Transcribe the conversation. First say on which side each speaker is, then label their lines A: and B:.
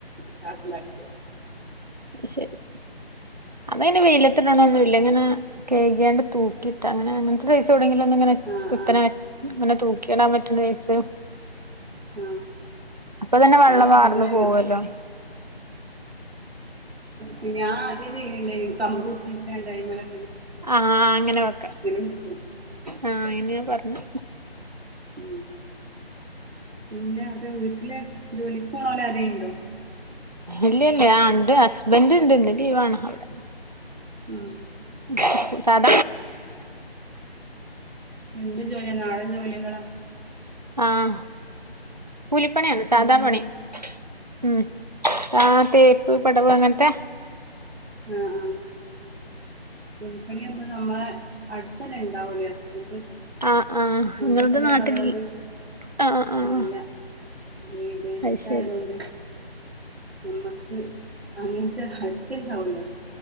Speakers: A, on the right; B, on the right.
A: ചാക്കിലാക്കു
B: ശരി അമ്മ ന്നെ വെയില ത്ത് ടണോന്ന്ല്ല ങ്ങനെ കയ്ക്യാണ്ട് തൂ കിട്ട അങ്ങനെ അങ്ങൻത്തെ സെയ്‌സ് <unintelligible> ല ങ്ങനെ
A: ആ
B: കുത്തനെ
A: ആ
B: ങ്ങനെ തൂ ക്കെടാ പറ്റ്ണ <unintelligible>
A: ആ
B: അപ്പൊ തന്നെ വള്ളം
A: അതിപ്പോ
B: വാർന്ന
A: അങ്ങനെയോ
B: പോവല്ലോ
A: പിന്നെ ഞാ ആദ്യം ചെയ്യ്ണെ ണ്ടയ്ൻ കമ്പുത്തിച്ച് ങ്ങാണ്ട് അയ്മലെ
B: ആഹ് ആഹ് അങ്ങനെ വെക്കെ
A: വെക്കും
B: ആ അയ്ന് പറഞ്ഞു
A: ഉ പിന്നെ അത വീട്ടിലെ ജോലി പോണോല അരുണ്ടോ
B: ഇല്ലല്ലേ ആണ്ട് ഹസ്ബൻറ് ഉണ്ട്ന്ന് ലീ വണ അവിടെ
A: ഉം
B: <unintelligible> സട
A: എന്ത് ജോലിയ നാടൻ ജോലികോ
B: ആഹ കൂലിപ്പണിയാണ് സാദാ
A: കൂലിതും
B: പണി ഉം ആ തേപ്പ് പടവ് അങ്ങനത്തെ
A: ആഹ ആ പുൽപ്പണിയുമ്പോ നമ്മളെ അടുത്ത തന്നെ ഉണ്ടാവൂല്ലേ ഹസ്ബൻന്ഡറ്
B: ആഹ് ആഹ് നിങ്ങളുടെ
A: അണ്ട പിന്നെയണ
B: നാട്ടിൽ
A: അതുകൊണ്ട്
B: ആഹ് ആഹ്
A: ഇല്ല വിദേശത്ത
B: അത് ശരി
A: ആയത കൊണ്ട് നമ്മക്ക് അങ്ങനത്തെ അടുത്തണ്ടാവില്ല